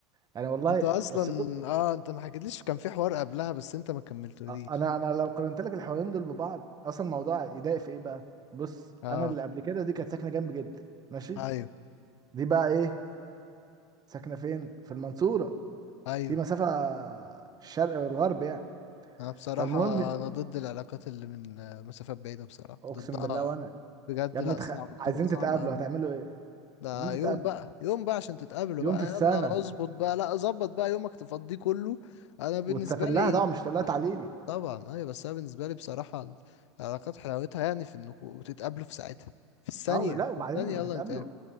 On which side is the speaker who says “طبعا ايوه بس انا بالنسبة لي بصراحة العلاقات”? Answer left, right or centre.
Left